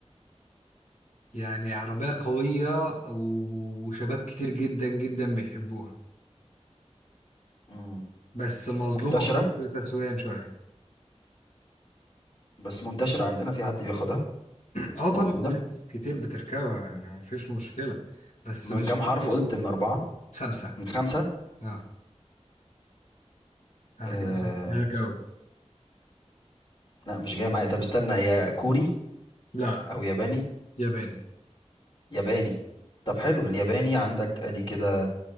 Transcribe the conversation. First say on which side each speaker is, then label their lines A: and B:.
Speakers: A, on the left; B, on the left.
A: يعني عربية قوية وشباب كتير جدا جدا بيحبوها
B: مم.
A: بس مظلومة
B: منتشرة
A: في مصر تسويقيا شوية
B: بس منتشرة عندنا في حد بياخدها
A: اه طبعا
B: موجودة
A: في ناس كتير بتركبها يعني مفيش مشكلة بس
B: من
A: مش
B: كام حرف
A: مش-
B: قلت من أربعة
A: خمسة
B: من خمسة
A: اه انا
B: آه
A: كده سجلتها لك اهو
B: لا مش جاية معايا طب استنى هي كوري
A: لا
B: أو ياباني
A: ياباني
B: ياباني طب حلو الياباني عندك أدي كده